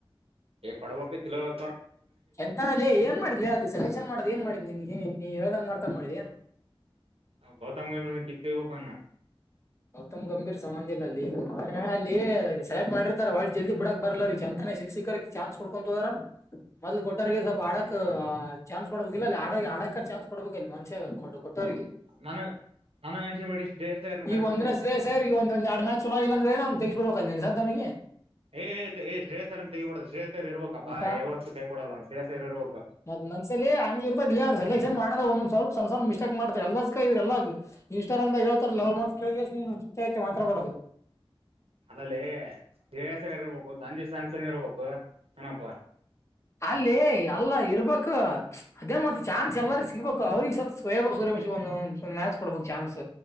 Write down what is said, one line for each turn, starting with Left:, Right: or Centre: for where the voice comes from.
Right: ಕೊಡಬೇಕಕ ತಿಲಾರ.
Left: ಎಂತನಲ್ಲ ಏನ್ ಮಾಡಿದ್ಿ ಅದು ಸೆಲೆಕ್ಷನ್ ಮಾಡೋದ ಏನ್ ಮಾಡಿದಿ ಏ ನೀ ಹೇಳ್ದಂಗ ಮಾಡ್ತಾರ ಮಾಡಿದಿಏನ್.
Right: ಗೌತಮ್ ಗ ನೋ ಕಿತ್ಕಬೇಕು ಅವನ್ನ.
Left: ಗೌತಮ್ ಗಂಭೀರ್ ಸಂಬಂಧಿ ಇ ಅಲ್ಲಿ ಅಲ್ಲಿ ಸೆಲೆಕ್ಟ್ ಮಾಡಿರ್ತಾರ ಒಳ ಜಲ್ದಿ ಬಿಡಕ್ ಬರ್ಲ ರೀ ಚಂತ. ಶಿಕ್ಕ್ಷಿಕರ ಚಾನ್ಸ್ ಕೊಡ್ಕೊು ಹದರಾ. ಮೊದ್ಲು ಕೊಟ್ಟರಿಗೆ ಸ್ವಲ್ಪ ಆಡಕ್
Right: ಹ್ಮ್
Left: ಚಾನ್ಸ್ ಕೊಡ್ಬೇಕಲ್ಲ ಆಡ ಆಡಕ ಚಾನ್ಸ್ ಕೊಡ್ಬೇಕಕ್ ಇಲ್ಲಿ ಮನುಷ್ಯ ಕೊಟ್ಟ. ಕೊಟ್ಟೋರಿಗೆ
Right: ನನ ನನಂಗ ಅಂಸ ಮಾಢಿ ಶ್ರೇಯಸ್ ಐಯರ್.
Left: ಈಗ ಒಂದೇ ಶ್ರೇಯಸ್ ಐಯರ್ ಈಗ ಒಂದ ಎಡು ಮ್ಯಾಚ್ ಚಲಲ್ಲ ಅಂದ್ರೆ ನು ತಗಸ್ ಬಿಡ್ಬೇಕಂತ ಸದವನಿಗೆ.
Right: ಏ್ ಶ್ರೇಯ್ವರನ ತಗಿಬಡದು ಶ್ರೇಯ್ವರಿ ಇರ್ಬೇಕಾ
Left: ಮತ್ತ
Right: ಬಾ ಯಾವತ್ತುು ತೈ ಕೊಡಲ್ಲ ಶ್ರೇಸ್್ವರ್ ಇರ್ಬೇಕ.
Left: ಮತ್ತ ಮನ್ಸಲಿ ಹಂಗ ಇರ್ದಾಗ ಅವ ಸಲೆಕ್ಷನ್ ಮಾಡದ ಒಂದ್ವಲ್ಪ ಒ್ವಲ್ ಮಿಸ್ಟಕ್ ಮಾಡತ ಎಲ್ಲದ್ ಇವ್ರ ಎಲ್ಲ. ಇಷ್ಟಾರಂದ ಹೇಳ್ತಾರಲ ಅವ್ರ ಮಾತ್ ಕೇಳಗೆ ನೀ ಚತೆ ಮಾತ್ರಬಡದು.
Right: ಅದಲ್ಲಿ ದವಾಸ ಇರ್ಬೇಕು ಸಂಜೆ ಸ್ಯಾಮ್ಸನ್ ಇರ್ಬೇಕು ಏನಪ್ಪ.
Left: ಅಲ್ಲ ಅಲ್ಲ ಇರ್ಬೇಕು ಅದೇ ಮತ್ತ ಚಾನ್ಸ್
Right: ಹ್ಮ್
Left: ಎಲ್ಲಾರ ಸಿಗ್ಬೇಕು ಅವ್ರಿಗೆ ಸತ್. ಸೂರ್ಯಂಶ ಒಂದು ಮ್ಯಾಚ್ ಕೊಡ್ಬೇಕಕ್ ಚಾನ್ಸ್